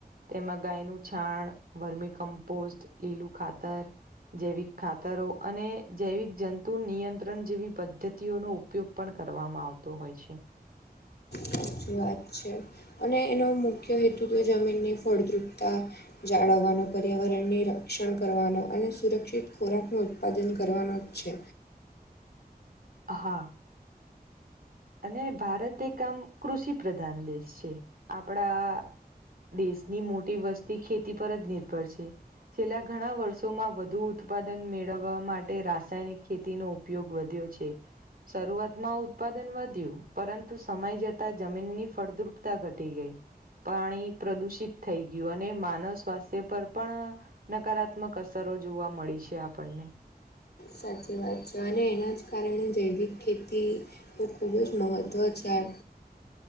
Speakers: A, on the right; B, on the left.
A: તેમાં ગાયનું છાણ વરમી કમ્પોસ્ટ લીલું ખાતર જૈવિક ખાતરો અને જૈવિક જંતુ નિયંત્રણ જેવી પદ્ધતિઓનો ઉપયોગ પણ કરવામાં આવતો હોય છે.
B: સાચી વાત છે અને એનો મુખ્ય હેતુ તો જમીનની ફળદ્રુપતા જાળવવાનો પર્યાવરણની રક્ષણ કરવાનો અને સુરક્ષિત ખોરાકનો ઉત્પાદન કરવાનો છે.
A: હા. અને ભારત એક આમ કૃષિ પ્રધાન દેશ છે આપડા દેશની મોટી વસ્તી ખેતી પર જ નિર્ભર છે. છેલ્લા ઘણા વર્ષોમાં વધુ ઉત્પાદન મેળવવા માટે રાસાયણિક ખેતીનો ઉપ યોગ વધ્યો છે શરૂઆતમાં ઉત્પાદન પરંતુ સમય જતા જમીનની ફળદ્રુપતા ઘટી ગઈ. પાણી પ્રદુષિત થઈ ગયું અને માનવ સ્વાસ્થ્ય પર પણ નકારાત્મક અસરો જોવા મળી છે આપણને
B: સાચી વાત છે અને એના જ કારણે જૈવિક ખેતી નું ખૂબ જ મહત્વ છે આ